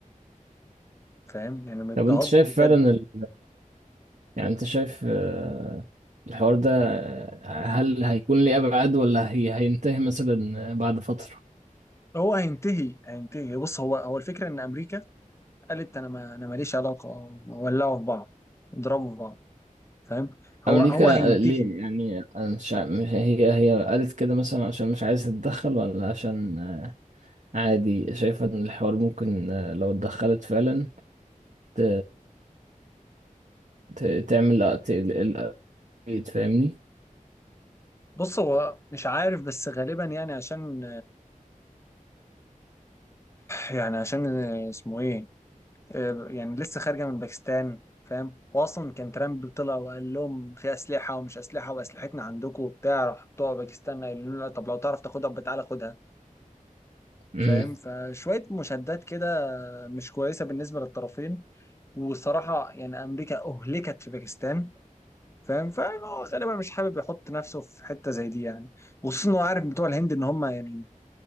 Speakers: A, on the left; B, on the right.
A: فاهم يعني مضطهد
B: طب انت شايف
A: بجد
B: فعلا ال... يعني انت شايف آه، الحوار ده آه، هل هيكون ليه ابعاد ولا هي هينتهي مثلا آه، بعد فترة
A: هو هينتهي هينتهي بص هو هو الفكره ان امريكا قالت انا ما انا ماليش علاقه ولعوا في بعض اضربوا في بعض فاهم هو
B: امريكا
A: هو هينتهي
B: آه، ليه يعني آه، أنا مش ع- مش هي هي قالت كده مثلا عشان مش عايزة تتدخل ولا عشان آه، عادي شايفة ان الحوار ممكن آه، لو اتدخلت فعلا ت... ت... تعمل ت... ال- ال- تفهمني
A: بص هو مش عارف بس غالبا يعني عشان يعني عشان آه، اسمه ايه آه، يعني لسه خارجه من باكستان فاهم واصلا كان ترامب طلع وقال لهم في اسلحه ومش اسلحه واسلحتنا عندكم وبتاع راح بتوع باكستان قالوا له لا، طب لو تعرف تاخدها يبقى تعالى خدها
B: مم.
A: فاهم فشويه مشادات كده مش كويسه بالنسبه للطرفين والصراحه يعني امريكا اهلكت في باكستان فاهم فهو غالبا مش حابب يحط نفسه في حته زي دي يعني وخصوصا هو عارف بتوع الهند ان هم يعني